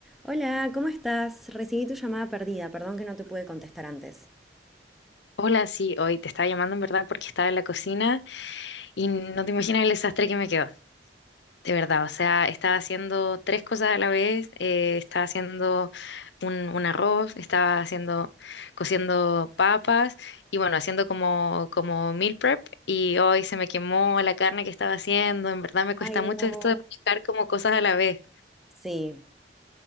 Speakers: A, in the centre; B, on the left.
A: Hola, ¿cómo estás? Recibí tu llamada perdida, perdón que no te pude contestar antes.
B: Hola, sí, hoy te estaba llamando en verdad porque estaba en la cocina y no te imaginas el desastre que me quedó, de verdad. O sea, estaba haciendo tres cosas a la vez, eh, estaba haciendo un, un arroz, estaba haciendo, cociendo papas y bueno, haciendo como, como meal prep y hoy se me quemó la carne que estaba haciendo. En verdad me cuesta
A: Ay,
B: mucho
A: no.
B: esto de manejar como cosas a la vez.
A: Sí,